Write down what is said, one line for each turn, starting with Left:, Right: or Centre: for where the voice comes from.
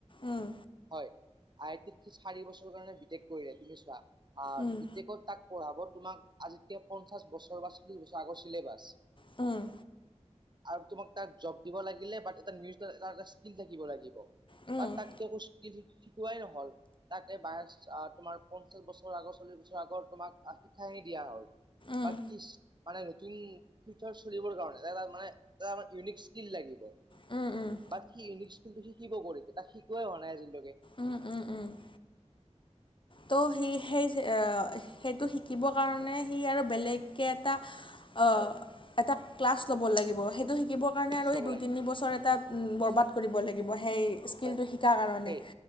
Left: উম,
Right: হয়, আই টিত সি চাৰি বছৰৰ কাৰণে বিটেক কৰিলে তুমি চোৱা', অ',
Left: উম,
Right: বি টেকত তাক পঢ়াব তোমাক, আজিতকে পঞ্চাছ বছৰ বা চল্লিছ বছৰ আগৰ ছিলেবাছ',
Left: হোম',
Right: আৰু তোমাক তাত জব দিব লাগিলে বাট তাত নিজৰ এটা - এটা স্কিল্ল থাকিব লাগিব',
Left: উম,
Right: তাত তাক তো একো স্কিল্ল শিক', - শিকোৱাই নহ'ল তাকে বায়েচ অ', তোমাৰ পঞ্চাশ বছৰ', বছৰ আগৰ চল্লিশ বছৰ আগৰ তোমাক আহ', শিক্ষা হে দিয়া হ'ল,
Left: উম।
Right: তাত সি', মানে নতুন, ফিচাৰ্চ চলিবৰ কাৰণে যাৰ- যাৰ মানে, তাৰ মানে ইউনিক স্কিল্ল লাগিব',
Left: উম', - উম',
Right: বাট সি ইউনিক স্কিলটো শিকিব ক'ত এতিয়া, তাক শিকোৱাই হোৱা নাই আজিলৈকে',
Left: উম', - উম', - উম', ত' সি সেই যে অহ', সেইটো শিকিবৰ কাৰণে সি আৰু বেলেগকে এটা', অহ',
Right: হয়
Left: এটা ক্লাছ ল'ব লাগিব, সেইটো শিকিবৰ কাৰণে
Right: ক্লাছ
Left: আৰু
Right: ল'ব
Left: সেই দুই
Right: লাগিব
Left: - তিনি বছৰ এটাত', উম', বৰবাদ কৰিব লাগিব সেই', স্কিলটো
Right: হয়,
Left: শিকাৰ কাৰণে।
Right: সেই,